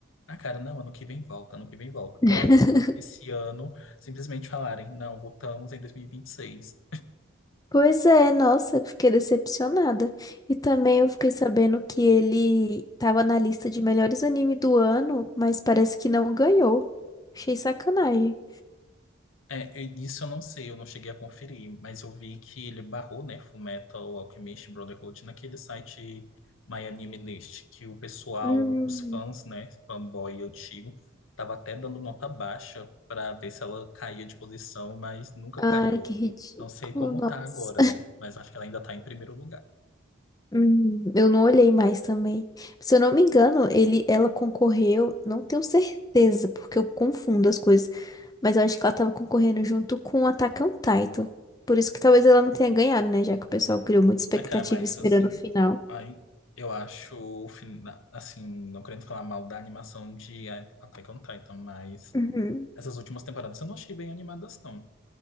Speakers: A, on the left; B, on the left.
A: Ah, cara, não, ano que vem volta, ano que vem volta. Pra
B: <laughs>
A: o- esse ano simplesmente falarem, não, voltamos em 2026.
B: Pois é, nossa, fiquei decepcionada. E também eu fiquei sabendo que ele tava na lista de melhores anime do ano, mas parece que não ganhou. Achei sacanagem.
A: É, eu- isso eu não sei, eu não cheguei a conferir, mas eu vi que ele barrou, né, Fullmetal Alchemist Brotherhood naquele site My Anime List, que o pessoal,
B: Hum,
A: os fãs, né, fanboy antigo, tava até dando nota baixa pra ver se ela caía de posição, mas nunca
B: Ai,
A: caiu.
B: que ridículo,
A: Não sei como
B: nossa.
A: tá agora, né, mas acho que ela ainda tá em primeiro lugar.
B: Hum, eu não olhei mais também. Se eu não me engano, ele, ela concorreu, não tenho certeza, porque eu confundo as coisas, mas eu acho que ela tava concorrendo junto com Attack on Titan. Por isso que talvez ela não tenha ganhado, né? Já que o pessoal criou muita expectativa
A: Ah, cara, mas
B: esperando
A: assim,
B: o final.
A: aí eu acho, o fina- assim, não querendo falar mal da animação de Attack on Titan, mas
B: Uhum.
A: essas últimas temporadas eu não achei bem animadas, não.